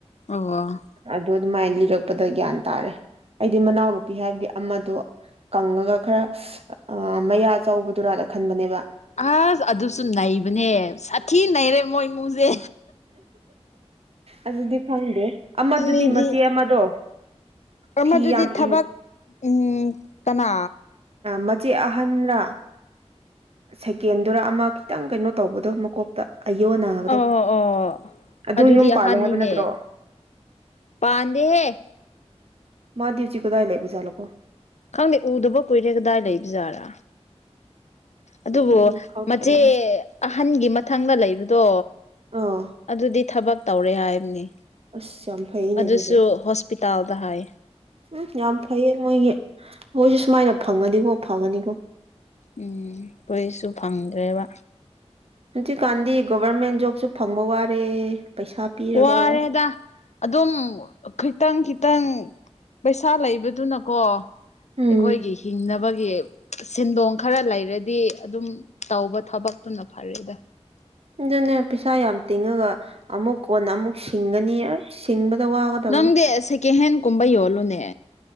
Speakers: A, on the left; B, on the right.
A: ꯑ
B: ꯑꯗꯨ ꯑꯗꯨꯃꯥꯏꯅ ꯂꯤꯔꯛꯄꯗ ꯒ꯭ꯌꯥꯟ ꯇꯥꯔꯦ ꯑꯩꯗꯤ ꯃꯅꯥꯎꯅꯨꯄꯤ ꯍꯥꯏꯕꯗꯤ ꯑꯃꯗꯣ ꯀꯪꯉꯒ ꯈꯔ ꯑꯥ ꯃꯌꯥ ꯆꯥꯎꯕꯗꯨ ꯔꯥꯅ ꯈꯟꯕꯅꯦꯕ
A: ꯑꯁ ꯑꯗꯨꯁꯨ ꯅꯩꯕꯅꯦ ꯁꯥꯊꯤ ꯅꯩꯔꯦ ꯃꯣꯏ ꯏꯃꯨꯡꯁꯦ
B: ꯑꯗꯨꯗꯤ ꯈꯪꯗꯦ ꯑꯃꯗꯨꯗꯤ
A: ꯃꯤꯗꯤ
B: ꯃꯆꯦ ꯑꯃꯗꯣ
A: ꯑꯃꯗꯨꯗꯤ
B: ꯐꯤ ꯌꯥꯝ
A: ꯊꯕꯛ
B: ꯏꯟ
A: ꯎꯝ ꯀꯅꯥ
B: ꯃꯆꯦ ꯑꯍꯟꯂ ꯁꯦꯀꯦꯟꯗꯨꯔ ꯑꯃ ꯈꯤꯇꯪ ꯀꯩꯅꯣ ꯇꯧꯕꯗꯣ ꯃꯀꯣꯛꯇ ꯑꯌꯣ ꯅꯥꯕꯗꯣ
A: ꯑꯣ ꯑꯣ
B: ꯑꯗꯨ
A: ꯑꯗꯨꯗꯤ
B: ꯌꯨꯝ
A: ꯑꯍꯥꯟꯅꯤꯅꯦ
B: ꯄꯥꯜꯂꯦ ꯍꯥꯏꯕ ꯅꯠꯇ꯭ꯔꯣ
A: ꯄꯥꯟꯗꯦꯍꯦ
B: ꯃꯗꯤ ꯎꯆꯤ ꯀꯗꯥꯢ ꯂꯩꯕꯖꯥꯠꯂ ꯀꯣ
A: ꯈꯪꯗꯦ ꯎꯗꯕ ꯀꯨꯏꯔꯦ ꯀꯗꯥꯏ ꯂꯩꯕꯖꯥꯔꯥ ꯑꯗꯨꯕꯨ
B: ꯎꯝ ꯈꯪꯗ꯭ꯔꯦꯅꯦ
A: ꯃꯆꯦ ꯑꯍꯟꯒꯤ ꯃꯊꯪꯗ ꯂꯩꯕꯗꯣ
B: ꯑꯥ
A: ꯑꯗꯨꯗꯤ ꯊꯕꯛ ꯇꯧꯔꯦ ꯍꯥꯏꯕꯅꯤ
B: ꯑꯁ ꯌꯥꯝ ꯐꯩꯅꯦ
A: ꯑꯗꯨꯁꯨ
B: ꯑꯗꯨꯗꯤ
A: ꯍꯣꯁꯄꯤꯇꯥꯜꯗ ꯍꯥꯏꯌꯦ
B: ꯎꯝ ꯌꯥꯝ ꯐꯩꯌꯦ ꯃꯣꯏꯒꯤ ꯃꯣꯏꯁꯨ ꯁꯨꯃꯥꯏꯅ ꯐꯪꯒꯅꯤꯀꯣ ꯐꯒꯅꯤꯀꯣ
A: ꯎꯝ ꯀꯔꯤꯁꯨ ꯐꯪꯗ꯭ꯔꯦꯕ
B: ꯍꯧꯟꯖꯤꯛꯀꯥꯟꯗꯤ ꯒꯣꯕꯔꯃꯦꯟ ꯖꯣꯕꯁꯨ ꯐꯪꯕ ꯋꯥꯔꯦ ꯄꯩꯁꯥ ꯄꯤꯔꯒ
A: ꯋꯥꯔꯦꯗ ꯑꯗꯨꯝ ꯈꯤꯇꯪ ꯈꯤꯇꯪ ꯄꯩꯁꯥ ꯂꯩꯕꯗꯨꯅꯀꯣ ꯑꯩꯈꯣꯏꯒꯤ
B: ꯎꯝ
A: ꯍꯤꯡꯅꯕꯒꯤ ꯁꯦꯟꯗꯣꯡ ꯈꯔ ꯂꯩꯔꯗꯤ ꯑꯗꯨꯝ ꯇꯧꯕ ꯊꯕꯛꯇꯨꯅ ꯐꯔꯦꯗ
B: ꯑꯗꯨꯅꯦ ꯄꯩꯁꯥ ꯌꯥꯝ ꯇꯤꯡꯉꯒ ꯑꯃꯨꯛ ꯀꯣꯟꯅ ꯑꯃꯨꯛ ꯁꯤꯡꯒꯅꯤ ꯑꯁ ꯁꯤꯡꯕꯗ ꯋꯥꯒꯗꯕꯅꯤ
A: ꯅꯪꯗꯤ ꯁꯦꯀꯦꯟ ꯍꯦꯟꯒꯨꯝꯕ ꯌꯣꯜꯂꯨꯅꯦ